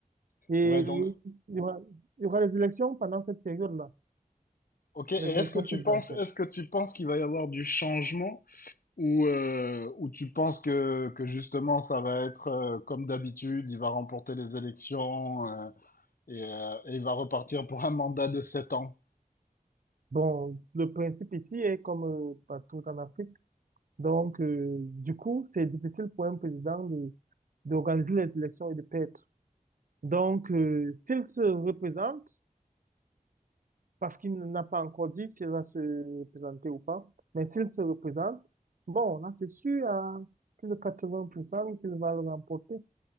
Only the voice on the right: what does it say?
Et
il y aura, il y aura les élections pendant cette période-là,
les
élections
présidentielles.
Bon, le principe ici est comme euh, partout en Afrique. Donc, euh, du coup, c'est difficile pour un président de, d'organiser les élections et de perdre. Donc, euh, s'il se représente, parce qu'il n'a pas encore dit s'il va se représenter ou pas. Mais s'il se représente, bon, là, c'est sûr, à plus de 80% qu'il va le remporter